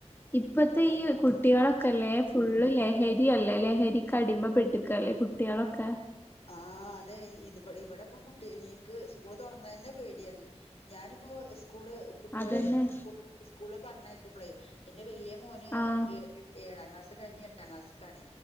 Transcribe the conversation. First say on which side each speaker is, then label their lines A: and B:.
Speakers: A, on the left; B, on the left.
A: ഇപ്പത്തെ
B: അപ്പൊ ഇവർക്ക്
A: ഈ കുട്ടികളൊക്കെല്ലേ ഫുള്ള് ലഹരിയല്ലേ ല്ല ലഹരിക്കടിമ പെട്ടക്കല്ലേ കുട്ടികളൊക്കെ
B: ആ അതെ ഇ ഇവിടെ ഇപ്പ കുട്ടി എനിക്ക് സ്കൂൾ തുറന്ന തന്നെ പേടിയാണ് ഞാനിപ്പോ സ്കൂള് കുട്ടികളെ
A: അതന്നെ
B: സ്കൂ സ്കൂ പറഞ്ഞേക്കുമ്പളേ എന്റെ വല്ിയ മോന്
A: ആഹ്
B: ഏ ഏഴ അ മാസ എട്ടാം മാസ കണി